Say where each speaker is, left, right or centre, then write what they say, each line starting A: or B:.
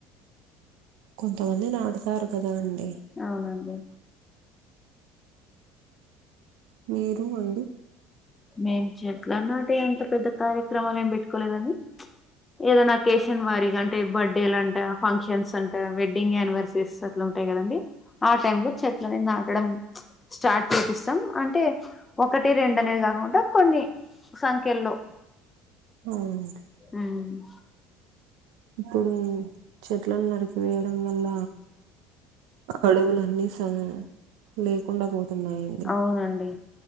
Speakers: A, on the right (about 80°); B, on the left (about 20°).
A: కొంతమంది నాడుతారు కదా అండి
B: అవునండి
A: మీరు అండి
B: మేం చెట్ల నాటే అంత పెద్ద కార్యక్రమాలు ఏం పెట్టుకోలేదండి ఏదైనా అకేషన్ వారిగ అంటే బర్త్డేలు అంట ఫంక్షన్స్ అంట వెడ్డింగ్ యానివర్సరీస్ అట్లా ఉంటాయి కదండి ఆ టై లో చెట్లలనే నాటడం స్టార్ట్ చేపిస్తాం అంటే ఒకటి రెండనేగా నుండ కొన్ని సంఖ్యల్లో
A: అవునండి
B: ఉమ్
A: ఇప్పుడు చెట్లను నరికివేయడం వల్ల అడవులన్ని సన లేకుండా పోతున్నాయండి
B: అవునండి